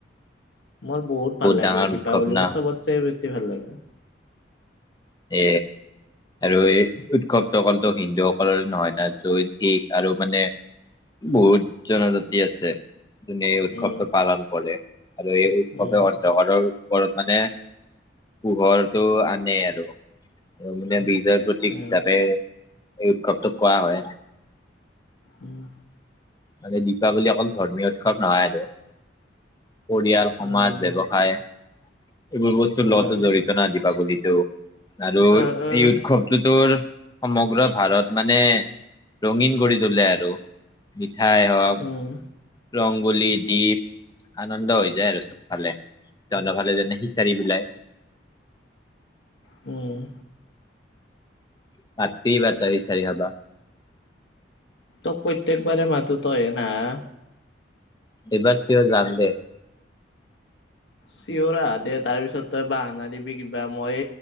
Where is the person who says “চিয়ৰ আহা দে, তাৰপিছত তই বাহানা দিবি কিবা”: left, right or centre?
Left